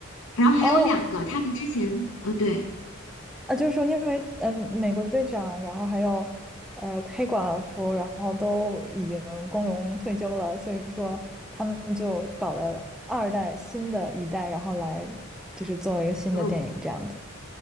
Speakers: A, on the left; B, in the centre.
A: 然后还有两个，
B: 哦，
A: 他们之前，呃，对。
B: 啊，就是说，因为嗯、呃美国队长，然后还有呃黑寡妇，然后都已经光荣退休了，所以说他们就搞了二代新的一代，然后来就是做了一个新的电影这样子。
A: 嗯。